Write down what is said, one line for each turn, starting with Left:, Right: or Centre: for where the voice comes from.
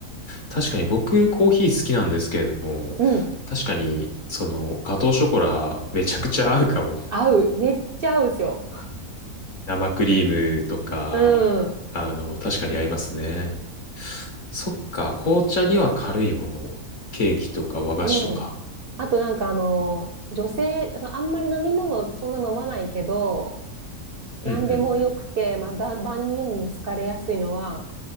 Left: 確かに僕コーヒー好きなんですけれども、
Right: うん、
Left: 確かにそのガトーショコラめちゃくちゃ合うかも。
Right: 合う。めっちゃ合うんですよ。
Left: うん生クリームとか、
Right: うん。
Left: あの、確かに合いますね。そっか、紅茶には軽いもの。ケーキとか和菓子とか。
Right: うん。あとなんかあの、女性、そのあんまり飲み物そんな飲まないけど、何でもよくて、
Left: うんうんうん。
Right: まあ、万万人に好かれやすいのは、